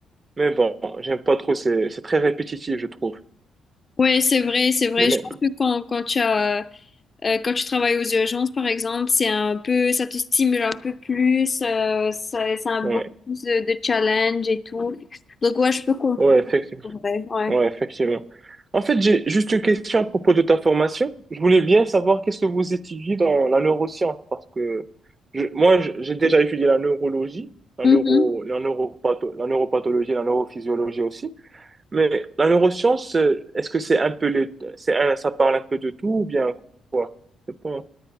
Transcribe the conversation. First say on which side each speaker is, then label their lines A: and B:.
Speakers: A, on the right; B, on the left.
A: mais bon, j'aime pas trop, c'est, c'est très répétitif, je trouve.
B: Oui, c'est vrai, c'est vrai.
A: Les mêmes.
B: Je pense que quand, quand tu as, euh, quand tu travailles aux urgences, par exemple, c'est un peu, ça te stimule un peu plus, euh, ça, ça a
A: Ouais,
B: beaucoup plus de, de challenge et tout. Donc, ouais, je peux comprendre.
A: ouais, effectivement.
B: c'est vrai, Ouais.
A: Ouais, effectivement. En fait, j'ai juste une question à propos de ta formation. Je voulais bien savoir qu'est-ce que vous étudiez dans la neuroscience, parce que je- moi, je- j'ai déjà étudié la neurologie, la
B: Mhm.
A: neuro, la neuropatho- la neuropathologie, la neurophysiologie aussi. Mais la neuroscience, euh, est-ce que c'est un peu les, c'est un- ça parle un peu de tout ou bien quoi? Je sais pas.